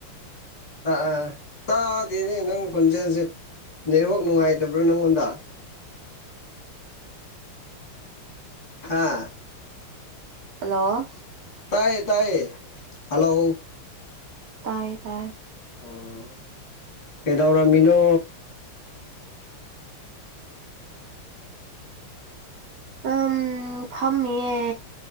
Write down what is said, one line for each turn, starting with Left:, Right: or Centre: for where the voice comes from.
Left: ꯑ ꯑ ꯑ ꯇꯥꯗꯦꯅꯦ ꯅꯪ‌ ꯈꯣꯟꯖꯦꯜꯁꯦ ꯅꯦꯠꯋꯥꯛ ꯅꯨꯡꯉꯥꯏꯇꯕ꯭ꯔꯣ ꯅꯪꯉꯣꯟꯗ ꯍꯥꯥ
Right: ꯍꯜꯂꯣ
Left: ꯇꯥꯏꯌꯦ ꯇꯥꯏꯌꯦ ꯍꯥꯜꯂꯣ
Right: ꯇꯥꯏꯌꯦ ꯇꯥꯏꯔꯦ
Left: ꯑꯣ ꯀꯩꯗꯧꯔꯝꯃꯤꯅꯣ
Right: ꯑꯝ ꯐꯝꯃꯤꯌꯦ